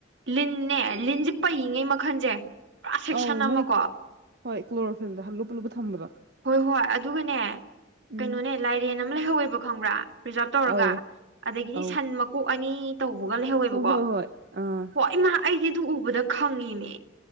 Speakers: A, on the right; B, on the right.
A: ꯂꯤꯟꯅꯦ ꯂꯤꯟꯁꯦ ꯄꯩꯉꯩ ꯃꯈꯜꯁꯦ ꯄꯨꯔꯥ ꯁꯦꯛꯁꯟ
B: ꯑ
A: ꯑꯃꯀꯣ
B: ꯃꯣꯏ ꯍꯣꯏ ꯀ ꯀ꯭ꯂꯣꯔꯣꯐꯤꯜ ꯄꯨꯜꯂꯨꯞ ꯄꯨꯂꯨꯞ ꯊꯝꯕꯗꯣ
A: ꯍꯣꯏ ꯍꯣꯏ ꯑꯗꯨꯒꯅꯦ ꯀꯩꯅꯣꯅꯦ
B: ꯎꯝ
A: ꯂꯥꯏꯔꯦꯟ ꯅꯝ ꯂꯩꯍꯧꯋꯦꯕ ꯈꯪꯕ꯭ꯔꯥ ꯄ꯭ꯔꯤꯖꯕ ꯇꯧꯔꯒ
B: ꯑꯧ
A: ꯑꯗꯒꯤꯗꯤ
B: ꯑꯧ
A: ꯁꯟ ꯃꯀꯣꯛ ꯑꯅꯤ ꯇꯧꯕꯒ ꯂꯩꯍꯧꯋꯦꯕꯀꯣ
B: ꯍꯣꯏ ꯍꯣꯏ ꯍꯣꯏ ꯑꯥ
A: ꯍ ꯏꯃ ꯑꯩꯗꯤ ꯑꯗꯨ ꯎꯕꯗ ꯈꯪꯉꯤꯅꯦ